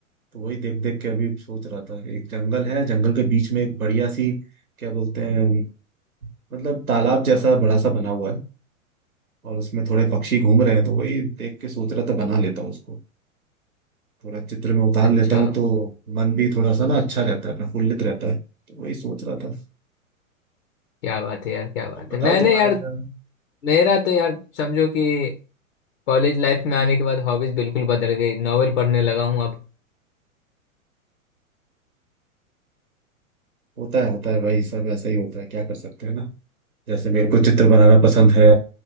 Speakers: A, on the right; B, on the left.
A: तो वही देख देख के अभी सोच रहा था एक जंगल है जंगल के बीच में एक बढ़िया सी क्या बोलते हैं मतलब तालाब जैसा बड़ा सा बना हुआ है और उसमें थोड़े पक्षी घूम रहे हैं तो वही देख के सोच रहा था बना लेता हूँ उसको थोड़ा चित्र में उतार
B: अच्छा
A: लेता हूँ तो मन भी थोड़ा सा ना अच्छा रहता है प्रफुल्लित रहता है तो वही सोच रहा था
B: क्या बात है यार क्या बात
A: तुम बताओ
B: है मैंने
A: तुम्हारा
B: यार
A: क्या है?
B: मेरा तो यार समझो कि कॉलेज लाइफ में आने के बाद हॉबीज बिल्कुल बदल गई नॉवेल पढ़ने लगा हूँ अब
A: होता है होता है भाई सब ऐसा ही होता है क्या कर सकते हैं ना जैसे मेरे को चित्र बनाना पसंद है